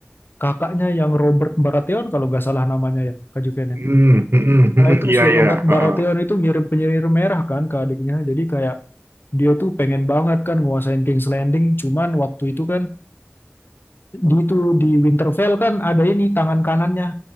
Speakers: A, on the left (about 55°); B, on the right (about 65°).
A: kakaknya yang Robert Baratheon, kalau nggak salah namanya ya, Kak Juven. ya.
B: Hmm, hmm, hmm,
A: Nah,
B: hmm,
A: itu
B: hmm. iya
A: si Robert
B: iya.
A: Baratheon
B: heeh.
A: itu ngirim penyihir merah kan ke adiknya. Jadi kayak dia tuh pengen banget kan nguasain King's Landing, cuman waktu itu kan di itu di Winterfell kan ada ini tangan kanannya